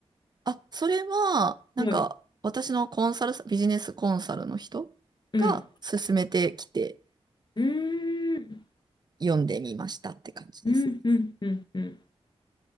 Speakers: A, on the right; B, on the left.
A: あ、それは、なんか、
B: い。
A: 私のコンサルビジネスコンサルの人が勧めてきて
B: うん。うーん。
A: 読んでみましたって感じですね。
B: うん、うん、うん、うん。